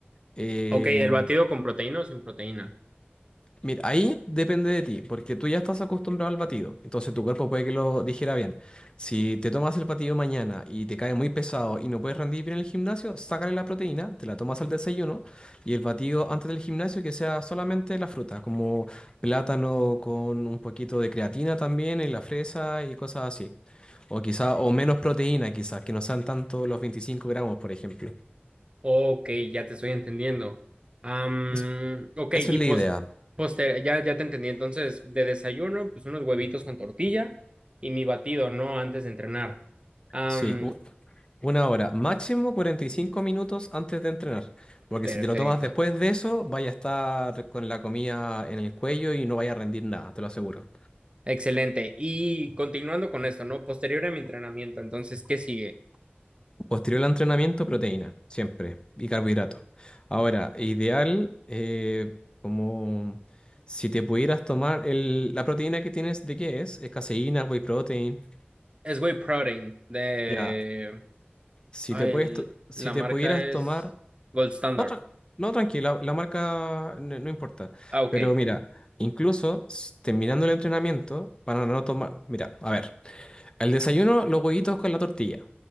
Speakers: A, on the left (about 25°); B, on the right (about 25°).
A: Eh,
B: Ok, el batido con proteína o sin proteína.
A: Mira, ahí depende de ti, porque tú ya estás acostumbrado al batido, entonces tu cuerpo puede que lo digiera bien. Si te tomas el batido mañana y te cae muy pesado y no puedes rendir bien en el gimnasio, sácale la proteína, te la tomas al desayuno y el batido antes del gimnasio que sea solamente la fruta, como plátano con un poquito de creatina también y la fresa y cosas así. O quizá, o menos proteína quizás, que no sean tanto los 25 gramos, por ejemplo.
B: Ok, ya te estoy entendiendo. Am,
A: Es-
B: ok,
A: eso
B: y
A: es
B: pos,
A: la idea.
B: poster- ya, ya te entendí. Entonces, de desayuno, pues unos huevitos con tortilla y mi batido, ¿no? Antes de entrenar. Am,
A: Sí, u- una hora, máximo 45 minutos antes de entrenar, porque
B: perfecto.
A: si te lo tomas después de eso, vaya a estar con la comida en el cuello y no vaya a rendir nada, te lo aseguro.
B: Excelente. Y continuando con esto, ¿no? Posterior a mi entrenamiento, entonces, ¿qué sigue?
A: Posterior al entrenamiento, proteína, siempre, y carbohidratos. Ahora, ideal, eh, como si te pudieras tomar el, la proteína que tienes, ¿de qué es? Es caseína, whey protein,
B: Es whey protein de...
A: ya. Si
B: ay,
A: te puedes,
B: el-
A: to- si
B: la
A: te
B: marca
A: pudieras tomar
B: es Gold Standard.
A: No, tra- no, tranquila, la marca no, no importa.
B: Ah, ok.
A: Pero mira, incluso s- terminando el entrenamiento, para no tomar. Mira, a ver, el desayuno, los huevitos con la tortilla.